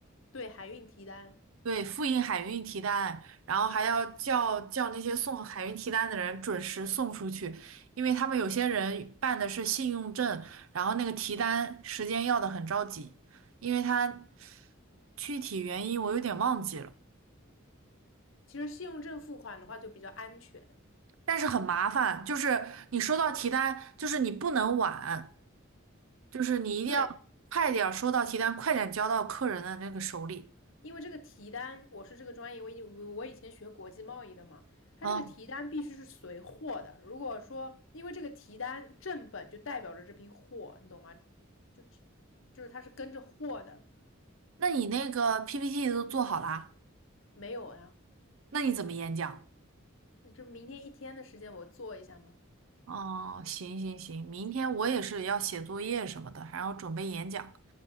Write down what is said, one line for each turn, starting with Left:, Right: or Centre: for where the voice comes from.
Left: 对，海运提单。
Right: 对，复印海运提单，然后还要叫叫那些送海运提单的人准时送出去，因为他们有些人办的是信用证，然后那个提单时间要的很着急，因为他具体原因我有点忘记了。
Left: 其实信用证付款的话就比较安全，
Right: 但是很麻烦，就是你收到提单，就是你不能晚，就是你一定要快点儿收到提单，
Left: 对，
Right: 快点交到客人的那个手里。
Left: 因为这个提单，我是这个专业，我以我我以前学国际贸易的嘛，它这个提单必须是随货的。
Right: 嗯，
Left: 如果说因为这个提单正本就代表着这批货，你懂吗？就就是它是跟着货的，
Right: 那你那个 PPT 都做好啦？
Left: 没有呀，
Right: 那你怎么演讲？
Left: 就是明天一天的时间我做一下吗？
Right: 哦，行行行，明天我也是要写作业什么的，还要准备演讲。